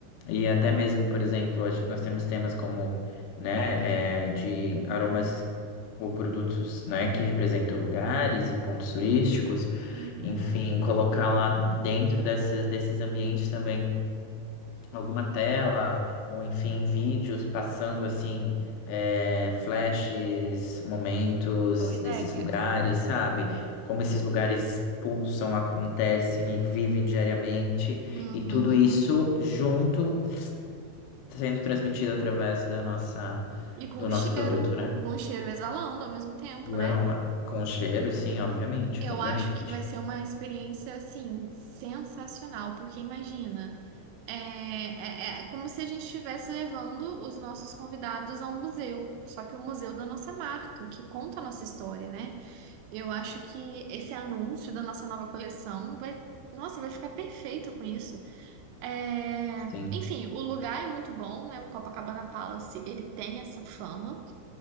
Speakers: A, on the left; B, on the right.
A: E até mesmo, por exemplo, a gen- nós temos temas como, né, eh, de aromas ou produtos, né, que representam lugares e pontos turísticos.
B: Uhum.
A: Enfim, colocar lá dentro dessas, desses ambientes também alguma tela, ou enfim, vídeos passando assim, é, flashes, momentos
B: Boa ideia.
A: desses lugares, sabe? Como esses lugares pulsam, acontecem e vivem diariamente,
B: Uhum.
A: e tudo isso junto sendo transmitido através da nossa,
B: E com
A: do
B: o
A: nosso
B: cheiro,
A: produto, né?
B: com o cheiro exalando ao mesmo tempo,
A: Do
B: né?
A: aroma. Com o cheiro, sim, obviamente,
B: Eu
A: obviamente.
B: acho que vai ser uma experiência, assim, sensacional, porque imagina, é, é, é é como se a gente estivesse levando os nossos convidados a um museu, só que o museu da nossa marca, que conta a nossa história, né? Eu acho que esse anúncio da nossa nova coleção vai, nossa, vai ficar perfeito com isso. É,
A: Sim,
B: Enfim, o lugar é muito bom, né? O Copacabana Palace, ele tem essa fama